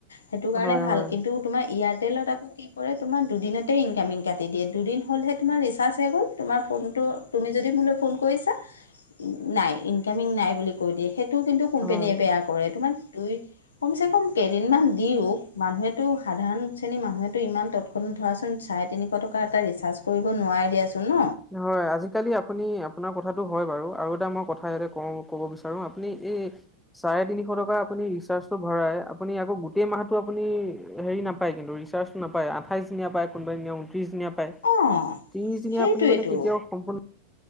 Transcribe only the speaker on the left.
সেইটো কাৰণে
ভাল,
কিন্তু তোমাৰ এয়াৰটেলত আকৌ কি কৰে তোমাৰ। দুদিনতেই ইনকামিং কাটি দিয়ে, দুদিন হ'লহে তোমাৰ ৰিচাৰ্জ শেষ হল, তোমাৰ ফোনটো তুমি যদি মোলৈ ফোন কৰি। কৰিছা, নাই ইনকামিং নাই বুলি কৈ দিয়ে সেইটো। কোম্পানীয়ে
বেয়া কৰে তোমাৰ দুই। কমচে কম কেইদিনমান দিওক, মানুহেতো সাধাৰণ শ্ৰেণীৰ মানুহে। ইমান তৎক্ষনাত ধৰাচোন চাৰে তিনিশ টকা এটা ৰিচাৰ্জ কৰিব নোৱাৰে দিয়াচোন। ন
অঁ
সেইটোৱেতো